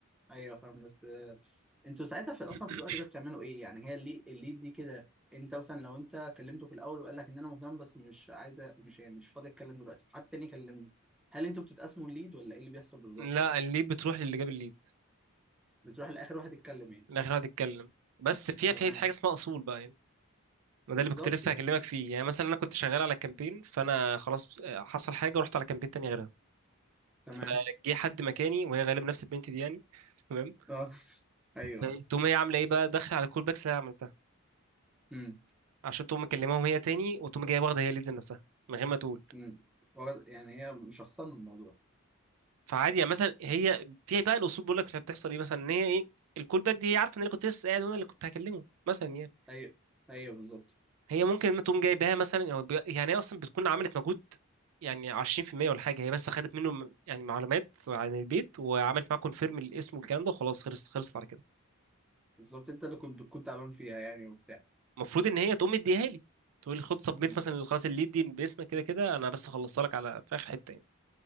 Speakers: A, in the centre; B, on the right (about 80°).
A: ايوه فاهم بس آه، انتوا ساعتها في اصلا
B: <clears throat>
A: في الوقت ده بتعملوا ايه يعني هي اللي الليد دي كده انت مثلا لو انت كلمته في الاول وقال لك ان انا مهتم بس مش عايزه مش يعني مش فاضي اتكلم دلوقتي حد تاني كلمني هل انتوا بتتقسموا الليد ولا ايه اللي بيحصل بالظبط
B: لا
A: يعني
B: الليد بتروح للي جاب الليد
A: بتروح لاخر واحد يتكلم يعني
B: من الاخر هو يتكلم بس فيها
A: تمام
B: في في حاجه اسمها اصول بقى يعني ما
A: بالظبط
B: ده اللي كنت لسه
A: يعني
B: هكلمك فيه يعني مثلا انا كنت شغال على كامبين فانا خلاص آه، حصل حاجه ورحت على كامبين تاني غيرها
A: تمام
B: فجه حد مكاني وهي غالبا نفس البنت دي يعني <laughs> تمام
A: اه <laughs>
B: فإيه،
A: ايوه
B: تقوم هي عامله ايه بقى داخله على الكول باكس اللي انا عملتها
A: امم
B: عشان تقوم مكلماهم هي تاني وتقوم جايه واخده هي ليدز نفسها من غير ما تقول
A: امم واخد- يعني هي مشخصنه الموضوع
B: فعادي يعني مثلا هي في بقى الاصول بيقول لك بتحصل ايه مثلا ان هي ايه الكول باك دي هي عارفه ان انا كنت لسه قاعد وانا اللي كنت هكلمه مثلا يعني
A: ايوه ايوه بالظبط
B: هي ممكن تقوم جايباها مثلا أو بي- يعني هي اصلا بتكون عملت مجهود يعني 20% ولا حاجه هي بس خدت منه م- يعني معلومات عن البيت وعملت معاه كونفيرم الاسم والكلام ده وخلاص خلصت خلصت على كده
A: بالظبط انت اللي كنت بتكون تعبان فيها يعني وبتاع
B: المفروض ان هي تقوم مديها لي تقول لي خد سبميت
A: بز-
B: مثلا خلاص الليد دي باسمك كده كده انا بس خلصت لك على في اخر حته يعني